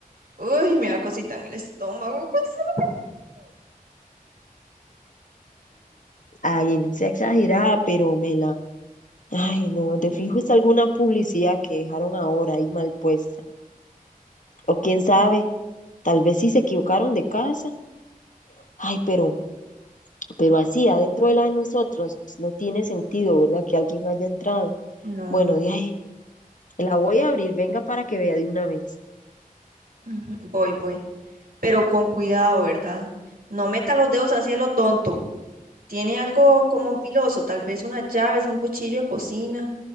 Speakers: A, on the right; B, on the left.
A: Uy, me da cosita en el estómago con solo-
B: Ay, no sea exagerada, pero me la. Ay, no, de fijo es alguna publicidad que dejaron ahora ahí mal puesta. O quién sabe, tal vez sí se equivocaron de casa. Ay, pero pero así adentro de la de nosotros no tiene sentido, ¿verdad? Que alguien haya entrado.
A: No.
B: Bueno, de ahí, la voy a abrir, venga para que vea de una vez.
A: Ujú, Voy, voy. pero con cuidado, ¿verdad? No meta los dedos así a lo tonto. Tiene algo como filoso, tal vez unas llaves, un cuchillo de cocina